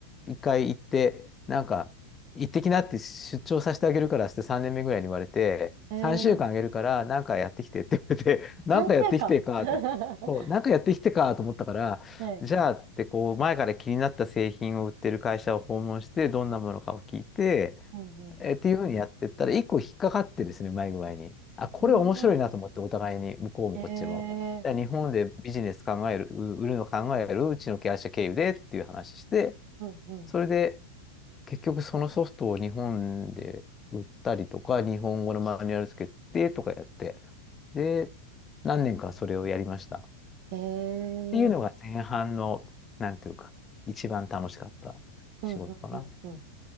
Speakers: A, on the left; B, on the right.
A: 一回行って、なんか、行ってきなって出張させてあげるからって3年目ぐらいに言われて、
B: へえ、
A: 3週間あげるから、なんかやってきてって言われて、<laughs> なんかやってきてか、
B: 三週間 <laughs> は
A: と。そう、なんかやってきてかと思ったから、
B: い。
A: じゃあ、つってこう、前から気になった製品を売ってる会社を訪問して、どんなものかを聞いて、
B: うん、うん。
A: えーっていうふうにやってったら、一個引っかかってですね、うまい具合に。あ、これ面白いなと思って、
B: <laughs> うん
A: お互いに、向こうもこっちも。
B: へえ、
A: や日本でビジネス考える、う売るの考える、うちの会社経由でっていう話して、
B: うん、うん。
A: それで結局そのソフトを日本で売ったりとか、日本語のマニュアルつけてとかやって、で、何年かそれをやりました。っ
B: へえ、
A: ていうのが前半の、なんていうか、一番楽しかった仕事かな。
B: うん、うん、うん、うん。